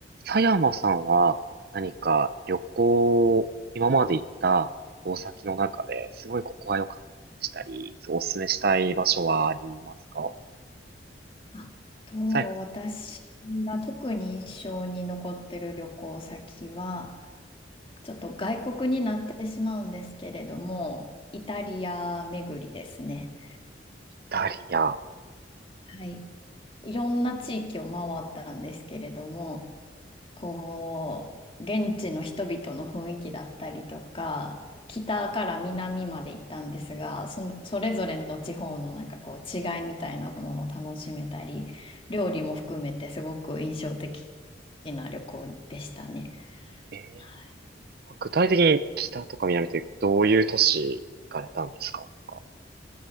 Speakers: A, on the right; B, on the left.
A: 佐山さんは何か旅行、今まで行った旅行先の中ですごいここは良かったしたり、すごいおすすめしたい場所はありますか
B: あと、
A: 佐山さん、
B: 私が特に印象に残ってる旅行先は、ちょっと外国になってしまうんですけれども、イタリア巡りですね。
A: ダリア。
B: はい。いろんな地域を回ったんですけれども、こう、現地の人々の雰囲気だったりとか、北から南まで行ったんですが、そ、それぞれの地方のなんかこう違いみたいなものを楽しめたり、料理も含めてすごく印象的な旅行でしたね。
A: えー、
B: はい
A: 具体的に北とか南ってどういう都市行かれたんですかなんか